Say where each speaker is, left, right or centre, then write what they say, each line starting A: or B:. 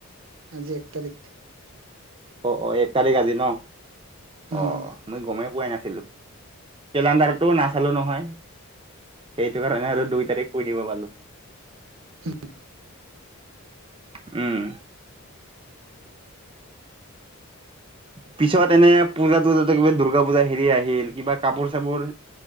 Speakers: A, on the right; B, on the right.
A: আজি এক তাৰিখ।
B: অ অ, এক তাৰিখ আজি ন?
A: উম
B: অ মই গমেই পোৱাই নাছিলো। কেলেণ্ডাৰতো নাচালো নহয়। সেইটো কাৰণে আৰু দুই তাৰিখ কৈ দিব পালো।
A: হম।
B: উম। পিছত এনে পূজাটো যাতে কিবা দূৰ্গা পূজা হেৰি আহিল কিবা কাপোৰ চাপোৰ।